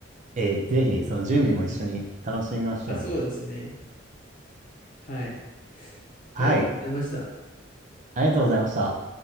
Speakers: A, on the right; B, on the left.
A: えー、ぜひ、その準備も一緒に楽しみましょうよ。
B: う。うんうん。あ、そうですね。はい。
A: はい。
B: ありがとうございました。
A: ありがとうございました。